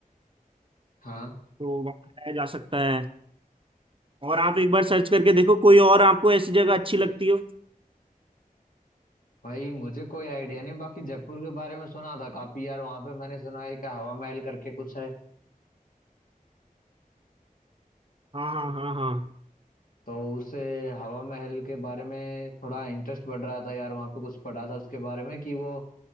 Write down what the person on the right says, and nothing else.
तो वहाँ जाया जा सकता है और आप एक बार सर्च करके देखो कोई और आपको ऐसी जगह अच्छी लगती हो
हाँ हाँ हाँ